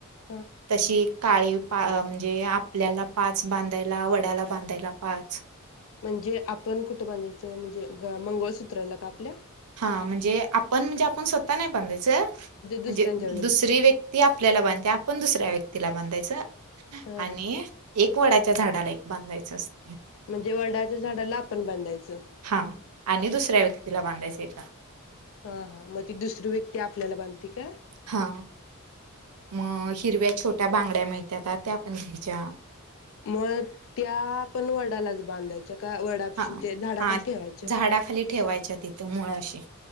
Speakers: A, on the left (about 60°); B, on the right (about 80°).
A: हा.
B: तशी काळी पा म्हणजे आपल्याला पाच बांधायला वड्याला बांधायला पाच.
A: म्हणजे आपण आपण कुठं बांधायचं म्हणजे गकळा मंगळसूत्रला का आपल्या?
B: हा म्हणजे आपण म्हणजे आपण स्वतः नाही बांधायच. च
A: दुसऱ्यांच्याकडे
B: म्हणजे दुसरी
A: घे
B: व्यक्ती आपल्याला बांधते आपण दुसऱ्या व्यक्तीला तिला बांधायचं.
A: हा
B: आणि
A: हा
B: एक वडा च्या झाडाला एक बांधायचं असतं.
A: म्हणजे वडाच्या झाडाला आपण बांधायचं.
B: हा आणि दुसऱ्या व्यक्तीला बांधायच एका
A: हा हा मग ती दुसरी व्यक्ती आपल्याला बांधते. काय
B: हा मग हिरव्या छोट्या बांगड्या मिळ येतात त्या आपण घ्यायच्या
A: मग त्या पण वडालाच बांधायच्या का वडा
B: हा-हा
A: ते झाडाखाली ठेवायच्या
B: झाडाखाली ठेवायच्या तिथं मूळाशी